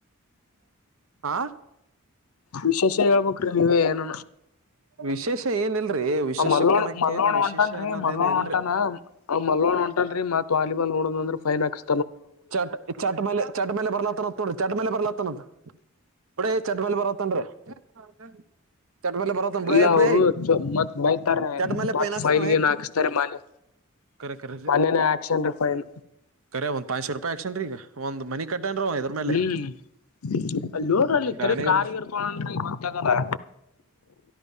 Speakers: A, on the right; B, on the left.
A: ಆಾ <inaudible>
B: ವಿಶೇಷ ಹೇಳಬೇಕ್ರೀ ನೀವೇ ಏನ
A: ವಿಶೇಷ ಏನಿಲ್ರಿ ವಿಶೇಷಕ್ಕನಕ
B: ಆ ಮಲ್ಲೋಣ- ಮಲ್ಲೋಣ
A: ಏನು ವಿಶೇಷ
B: ಹೊಂಟನ್ರಿ
A: ಅನ್ನೋದೇನು
B: ಮಲ್ಲುಣ್ಣ
A: ಇಲ್ರಿ
B: ಹೊಂಟಾನ ಮಲ್ಲುಅಣ್ಣ ಹೊಂಟನ್ರಿ. ಮತ್ ವಾಲಿಬಾಲ್ ನೋಡ್ದನಂದ್ರ ಫೈನ್ ಆಕ್ಸ್
A: ಚಟ್, ಚಟ್ ಮೇಲ್ಲೆ, ಚಟ್ ಮೇಲ್ಲೆ ಬರ್ಲಾತ್ತನತ್ ನೋಡಿ ಚಟ್ ಮೇಲ್ಲೆ ಬರ್ಲಾತ್ತನಂತ. ಇಡ ಚಡ್ಮಲ್ಲಿಿ ಪರ್ವತನ್್ರೀ <unintelligible> ಚಟ್ ಮೇಲೆ ಬರಲ್ತನ ಬಿಡೇಯೇ,
B: ಇಲ್ಲ ಅವರು ಮತ್ ಬೈತಾರ
A: ಚಟ್ ಮೇಲೆ
B: ಮತ್
A: ಪೈನಾಕ್ಸ್ತ
B: ಫೈನ್ ಗೀನ್ ಹಾಕ್ಸ್ತಾರೆ ಮನೆ
A: ಕರೆ, ಕರೆ,
B: ಮನೇನೇ ಆಕ್ಷನ್ ರೀ ಫೈನ್
A: ಕರೆ ಒಂದ್ ಪಾಸ್ ರೂಪಾಯಿ ಆಕ್ಸನ್ರಿ ಈಗ. ಒಂದ್ ಮನಿಕಟ್ಟ್ಯಾನ್ರಿ ಇದ್ರ ಮೇಲೆ.
B: ಹ್ಮ್ ಅಲ್ಲಿ ನೋಡಲ್ಲಿ
A: ಗಾಣಿಗರ
B: ತಿರಿಗಿಕಾರಿಗರ್ ತಗೋಂಡಾನ ಗೊತ್ತಾಗಲ್ಲ.